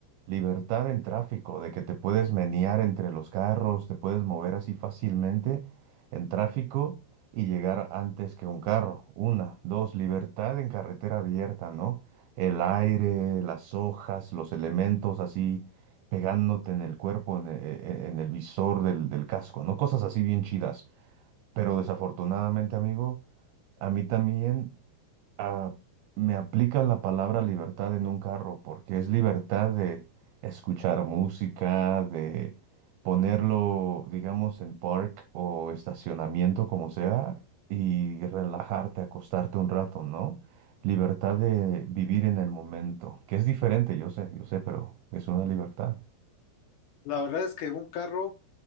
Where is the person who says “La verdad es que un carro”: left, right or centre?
Left